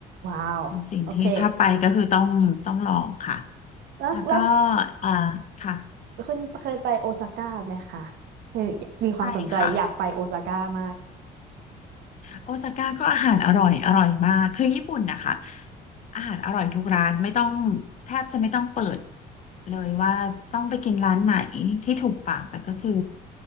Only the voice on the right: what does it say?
ว้าวโอเค
แล้วแล้ว
คุณเคยไปโอซาก้าไหมคะเคยมีความสนใจอยากไปโอซาก้ามาก